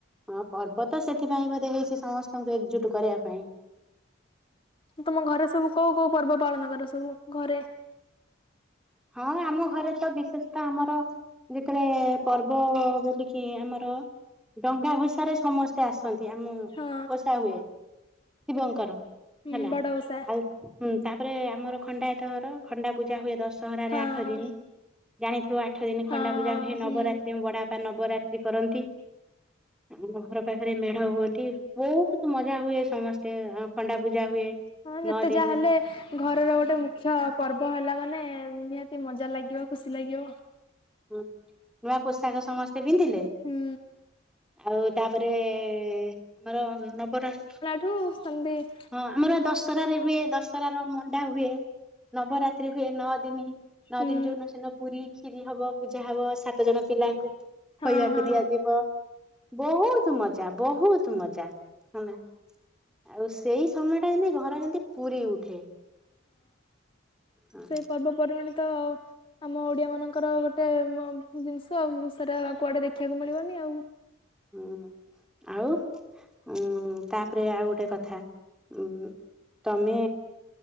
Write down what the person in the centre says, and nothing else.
ହଁ ପର୍ବ ତ ସେଥିପାଇଁ ବୋଧେ ହେଇଛି ସମସ୍ତଙ୍କୁ ଏକଜୁଟ କରିବା ପାଇଁ।
ହଁ ଆମ ଘରେ ତ ବିଶେଷ ତ ଆମର ଯେତେବେଳେ ପର୍ବ ବୋଲିକି ଆମର, ଡଙ୍ଗା ଭଷାରେ ସମସ୍ତ ସେ ଆସନ୍ତି, ଆମ
ପଷା ହୁଏ ଶିବଙ୍କର
ହେଲା,
ଆଉ ହୁଁ ତାପରେ ଆମର ଖଣ୍ଡାୟତ ଘର। ଖଣ୍ଡା ପୂଜା ହୁଏ ଦଶ ଦଶହରାରେ
ଆଠ ଦିନ, ଜାଣିଥିବ ଆଠ ଦିନ ଖଣ୍ଡା
ପୂଜା
ହୁଏ। ନବରାତ୍ରି
ବଡ ବାପା ନବରାତି ସେ କରନ୍ତି। ଆମ ଘର ପାଖରେ ମେଢ ହୁଅନ୍ତି। ବହୁତ ମଜା ହୁଏ। ସମସ୍ତେ ଖଣ୍ଡା ପୂଜା ହୁଏ।
ନଅ
ଦିନ
ହୁଁ ନୂଆ ପୋଷାକ ସମସ୍ତେ ପିନ୍ଧିଲେ?
ଆଉ ତାପରେ ଆମର ନବରା
ହଁ ଆମର ଦଶହରାରେ ହୁଏ ଦଶହରାରେ ମଣ୍ଡା ହୁଏ। ନବରାତ୍ରି ହୁଏ ନଅ ଦିନି ନଅ
ଦିନ, ଯୋଉ ଦିନ ସିନ ପୁରୀ, କ୍ଷୀରି ହବ, ପୂଜା ହବ ସାତ ଜଣ ପିଲା ଆସି
ଖୋଇବାକୁ
ଦିଆଯିବ। ବହୁତ ମଜା, ବହୁତ ମଜା ହେଲା ଆଉ ସେ ସମୟ ଟା ଯେମତି ଘର ଯେମତି ପୁରୀ ଉଠେ। ହଁ।
ହୁଁ ଆଉ। ହୁଁ ତାପରେ ଆଉ ଗୋଟେ କଥା ଉଁ ତମେ